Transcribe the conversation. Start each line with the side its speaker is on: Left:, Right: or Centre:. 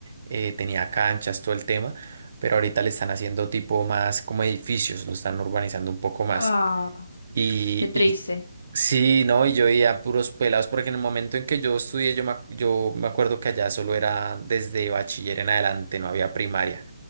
Right: eh, tenía canchas, todo el tema, pero ahorita le están haciendo tipo más como edificios, lo están urbanizando un poco más.
Left: Ah,
Right: y
Left: Qué triste.
Right: Sí, no, y yo veía puros pelados, porque en el momento en que yo estudié, yo me, ac- yo me acuerdo que allá solo era desde bachiller en adelante, no había primaria.